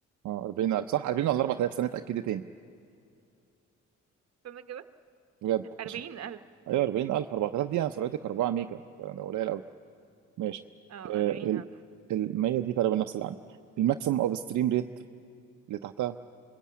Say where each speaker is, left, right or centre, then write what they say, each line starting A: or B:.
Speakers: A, on the right (about 70°); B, on the right (about 55°).
A: اه 40000 صح 40 ولا 4000 سنه اتاكدي تاني
B: استنى كده
A: بجد
B: أربعين
A: عشان
B: ألف
A: ايوه 40000 4000 دي انا سرعتك 4 ميجا ده ده قليل قوي ماشي
B: اه
A: آه،
B: أربعين
A: ال
B: ألف
A: ال 100 دي تقريبا نفس اللي عندي الماكسيمم اوف ستريم ريت اللي تحتها